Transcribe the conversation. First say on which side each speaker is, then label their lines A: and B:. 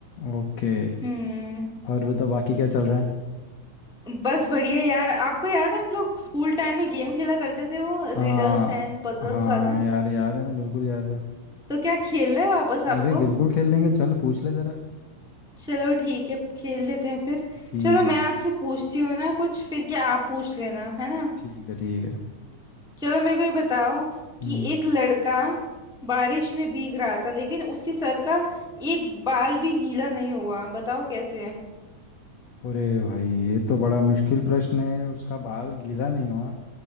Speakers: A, on the left (about 75°); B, in the centre.
A: ओके
B: हम्म
A: और बता बाकी क्या चल रहा है
B: बस बढ़िया यार आपको याद है हम लोग स्कूल टाइम में गेम खेला करते थे वो
A: हाँ
B: रिडल्स एंड पजल्स
A: हाँ
B: वाला
A: यार याद है ना बिल्कुल याद है
B: तो क्या खेलना है वापस आपको
A: अरे बिल्कुल खेल लेंगे चल पूछ ले जरा
B: चलो ठीक है खेल लेते हैं फिर
A: ठीक
B: चलो मैं
A: है
B: आपसे पूछती हूँ ना कुछ फिर क्या आप पूछ लेना है ना
A: ठीक है ठीक है
B: चलो मेरे को ये बताओ
A: हम्म
B: कि एक लड़का बारिश में भीग रहा था लेकिन उसके सर का एक बाल भी गीला नहीं हुआ बताओ कैसे है
A: अरे भाई ये तो बड़ा मुश्किल प्रश्न है उसका बाल गीला नहीं हुआ